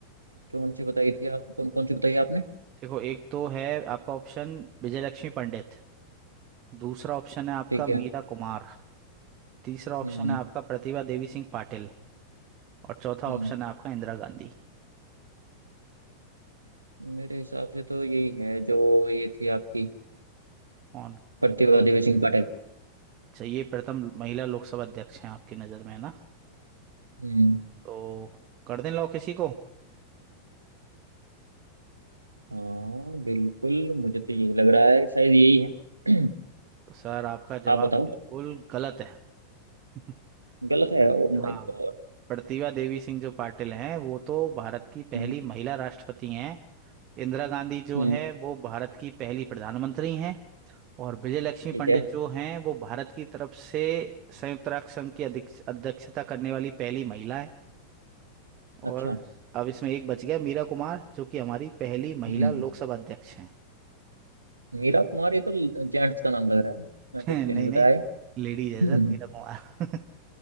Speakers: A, on the right; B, on the right.
A: कौन सी बताई थी आप कौन कौन सी बताई आपने
B: देखो एक तो है आपका ऑप्शन विजयलक्ष्मी पंडित दूसरा ऑप्शन है आपका
A: ठीक
B: मीरा
A: है
B: कुमार तीसरा ऑप्शन
A: हम्म
B: है आपका प्रतिभा देवी सिंह पाटिल और चौथा
A: हम्म
B: ऑप्शन है आपका इंदिरा गांधी
A: मेरे हिसाब से तो यही है जो ये थी आपकी
B: कौन
A: प्रतिभा देवी सिंह पाटिल
B: अच्छा ये प्रथम महिला लोकसभा अध्यक्ष हैं आपकी नज़र में है ना
A: हम्म
B: तो कर दें लॉ किसी को
A: हाँ बिल्कुल मुझे तो यही लग रहा है कि शायद यही है <clears throat>
B: तो सर आपका जवाब
A: आप बताओ
B: बिल्कुल गलत है <laughs> प्र-
A: गलत है Oh my
B: हाँ
A: god
B: प्रतिभा देवी सिंह जो पाटिल हैं वो तो भारत की पहली
A: हम्म
B: महिला राष्ट्रपति हैं इंदिरा गांधी जो
A: हम्म,
B: है वो भारत की पहली प्रधानमंत्री हैं और विजय लक्ष्मी
A: ठीक
B: पंडित
A: है
B: जो हैं वो भारत की तरफ से संयुक्त राष्ट्र संघ की अध्यक्ष अध्यक्षता करने वाली पहली महिला है
A: अच्छा
B: और अब इसमें एक बच गया मीरा कुमार जो कि हमारी पहली महिला
A: हम्म
B: लोकसभा अध्यक्ष हैं
A: मीरा कुमार ये तो जेंट्स का नाम लग रहा है मैं
B: <laughs>
A: तो
B: नहीं
A: इसलिए नहीं बताया
B: नहीं
A: <laughs>
B: लेडीज है
A: हम्म
B: सर मीरा कुमार